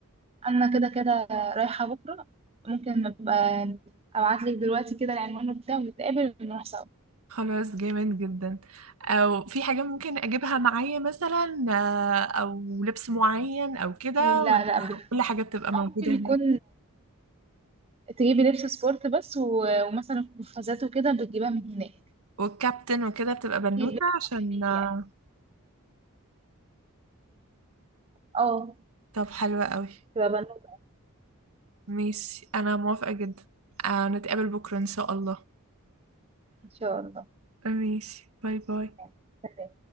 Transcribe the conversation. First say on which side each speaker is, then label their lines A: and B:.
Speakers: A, on the right; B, on the right.
A: انا كده كده رايحه بكره ممكن ابقى ابعت لك دلوقتي كده العنوان بتاعه ونتقابل ونروح سوا
B: خلاص جامد جدا أو في حاجة ممكن أجيبها معايا مثلا آه، أو لبس معين أو كده
A: لا
B: ولا
A: لا بت...
B: كل حاجة بتبقى موجودة
A: أو ممكن يكون
B: هناك
A: تجيبي لبس سبورت بس و... ومثلا قفازات وكده بتجيبها من هناك
B: والكابتن وكده بتبقى بنوتة
A: تجيب لبس
B: عشان
A: مريح ليكي
B: آه،
A: يعني اه
B: طب حلوة قوي
A: تبقى بنوتة
B: ماشي انا موافقة جدا آه نتقابل بكرة ان شاء الله
A: ان شاء الله
B: ماشي باي باي
A: يعني سلام